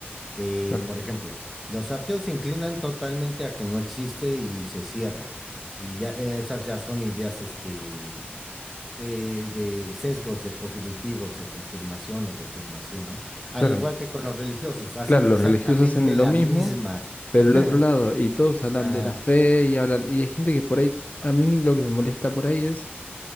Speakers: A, in the centre; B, on the left.
A: De,
B: Claro,
A: por ejemplo, los ateos se inclinan totalmente a que no existe y se cierran. Y ya eh, esas ya son ideas, este, de, de sesgos de cognitivos de confirmación o de afirmación, ¿no? Al
B: claro,
A: igual que con los religiosos, hacen
B: claro, los
A: exactamente
B: religiosos hacen
A: la
B: lo mismo,
A: misma.
B: pero
A: <laughs>
B: el otro lado, y todos hablan
A: Ajá,
B: de la fe y hablan, y hay gente que por ahí, a mí lo que me molesta por ahí es,